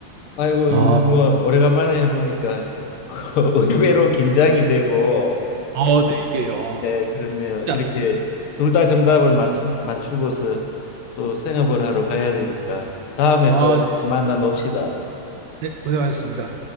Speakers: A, on the left (about 85°); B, on the right (about 70°).
A: 아이고
B: 아.
A: 이거 뭐 오래간만에 해보니까 <laughs> 의외로 긴장이 되고
B: 아 네. 이게 아
A: 네 그렇네요.
B: 쉽지
A: 이렇게
B: 않
A: 둘 다 정답을 맞추, 맞추고서 또 생업을 하러 가야 되니까 다음에
B: 아
A: 또
B: 네.
A: 같이 만나 놉시다.
B: 네 고생하셨습니다.